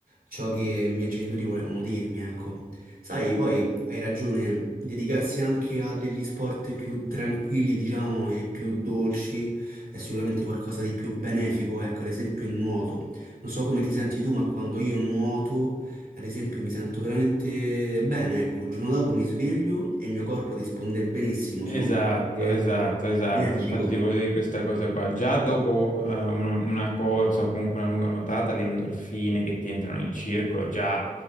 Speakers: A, on the right; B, on the left.
A: ciò che i miei genitori volevano dirmi, ecco. Sai, poi hai ragione, dedicarsi anche a degli sport più tranquilli, diciamo, e più dolci è sicuramente qualcosa di più benefico, ecco, ad esempio il nuoto. Non so come ti senti tu, ma quando io nuoto, ad esempio, mi sento veramente bene, ecco, il giorno dopo mi sveglio e il mio corpo risponde benissimo,
B: Esatto,
A: sono eh,
B: esatto, esatto.
A: energico.
B: Infatti ti volevo dire questa cosa qua. Già dopo eh, una, una corsa o comunque una lunga nuotata, le endorfine che ti entrano in circolo, già